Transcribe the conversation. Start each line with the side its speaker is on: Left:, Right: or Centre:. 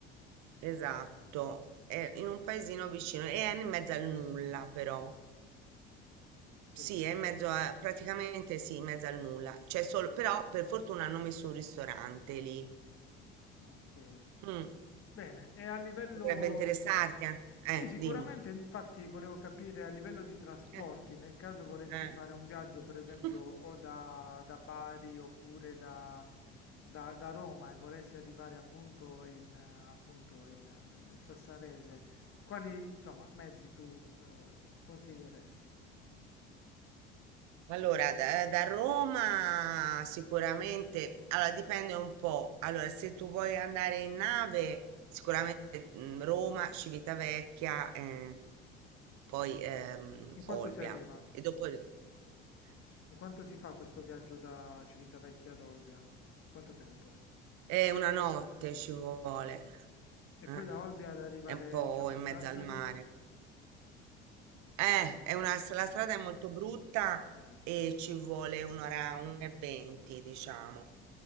Right: esatto, è in un paesino vicino e è in mezzo al nulla però.
Left: Sì.
Right: Sì, è in mezzo a, praticamente sì, in mezzo al nulla. C'è solo, però per fortuna hanno messo un ristorante lì.
Left: Ok.
Right: Mm,
Left: Bene, e a livello...
Right: potrebbe interessarti, eh? Eh,
Left: Sì, sicuramente,
Right: dimmi.
Left: infatti volevo capire a livello di trasporti,
Right: Eh,
Left: nel caso volessi
Right: eh.
Left: fare un viaggio, per esempio,
Right: <laughs>
Left: o da, da Bari oppure da, da- da Roma e volessi arrivare appunto in, eh, appunto in, eh, nel nel Sassarese, quali, insomma, mezzi tu eh, consiglieresti?
Right: Allora, da, eh, da Roma sicuramente, allora dipende un po'. Allora, se tu vuoi andare in nave, sicuramente mm, Roma, Civitavecchia, eh, poi ehm,
Left: In quanto
Right: Olbia.
Left: si arriva?
Right: E dopo, eh?
Left: In quanto si fa questo viaggio da Civitavecchia ad Olbia? Quanto tempo?
Right: È una notte ci vuole,
Left: E
Right: eh,
Left: poi da Olbia ad arrivare,
Right: È un po'
Left: diciamo,
Right: in
Left: a Sassari?
Right: mezzo al mare. Eh, è una, s- la strada è molto brutta
Left: Bene,
Right: e ci vuole un'ora, un'ora e venti, diciamo.